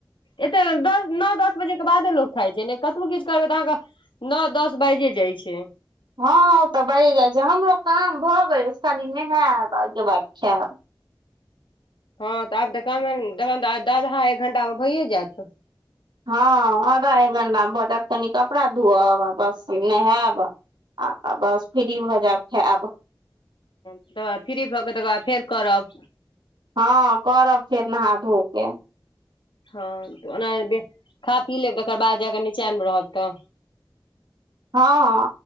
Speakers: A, on the left (about 75°); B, on the right (about 65°).
A: एतऽ दस नओ दस बजेके बादे लोक खाइ छै ने कतबो किछु करबै तऽ अहाँके नअ दस बाजिये जाइ छै
B: हँ ओ तऽ बढ़ि जाइ छै हमरो काम भऽ गेल अछि खाली नहायब आके बाद खायब
A: हँ तऽ आब तऽमेनऽ दशधा एक घंटा मे भइए जायत
B: हँ आधा एक घण्टामे भऽ जायत कनि कपड़ा धोअब आ बस नहायब आ तऽ बस फ्री भऽ जायब छै खैव
A: तकराद फ्री भऽ के तकर बाद फेर करब
B: हँ करब फेर नहा धो के
A: हँ ओना खा पी लेब तकर बाद जे अगर नीचा मे रहव तऽ
B: हँ